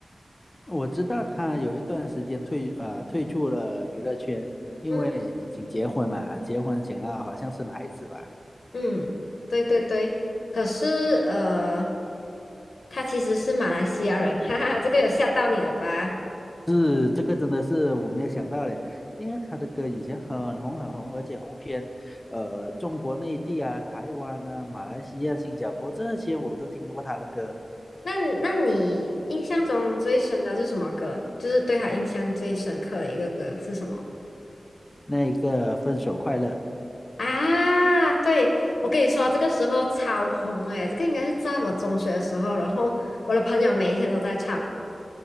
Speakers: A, on the left; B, on the left.
A: 我知道他有一段时间退啊退出了娱乐圈，因为已经结婚嘛，
B: 嗯。
A: 结婚想要好像生孩子吧。
B: 嗯，对对对，可是呃，他其实是马来西亚人，<laughs> 哈哈，这个有吓到你了吧？
A: 是这个真的是我没有想到嘞，因为他的歌以前很红很红，而且红遍呃中国内地啊、台湾啊、马来西亚、新加坡这些我都听过他的歌。
B: 那那你印象中最深的是什么歌？就是对他印象最深刻的一个歌是什么？
A: 那一个分手快乐，
B: 啊，对，我跟你说，这个时候超红诶，这个应该是在我中学的时候，然后我的朋友每一天都在唱。